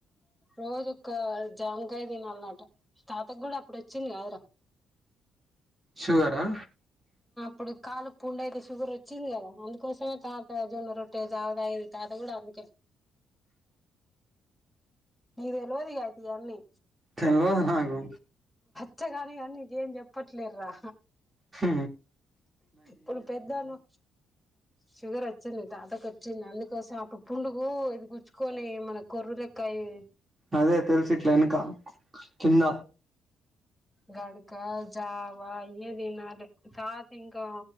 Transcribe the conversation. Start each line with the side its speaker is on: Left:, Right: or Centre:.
Centre: రోజుక్క జామకాయ తినాలన్నట తాతకు కూడా అప్పుడు వచ్చింది కాదురా
Right: షగరా
Centre: ఇప్పుడు కాలుకు పూం అయితే షుగర్ వచ్చింది కదా అందుకోసమే తాత జొన్న రొట్టె జావ తాగేది తాత కూడా అందు మీద తేవదిగా అయిత అన్నీ
Right: తెల్వదు నాకు
Centre: ఇచ్చగాని కానీ నీకేం చెప్పట్లేరు రా
Right: హ
Centre: వాళ్ళ పెద్దనాన్న షుగర్ వచ్చింది తాతకు వచ్చింది అందుకోసం అప్పుడు పుండుగు ఇది కూచుక్ కొని మన కొర్రులక్కయి
Right: అదే తెలుసు ఇట్లా వెనక కింద
Centre: గడ్కా జావా ఇయే తినాలి తాత ఇంకా